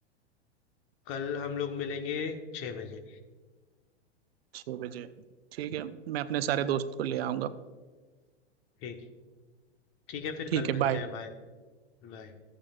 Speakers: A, on the left; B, on the right.
A: कल हम लोग मिलेंगे छह बजे
B: छः बजे ठीक है मैं अपने सारे दोस्त को ले आऊँगा
A: ठीक ठीक है फिर
B: ठीक
A: कल
B: है
A: मिलते
B: बाय
A: हैं बाय बाय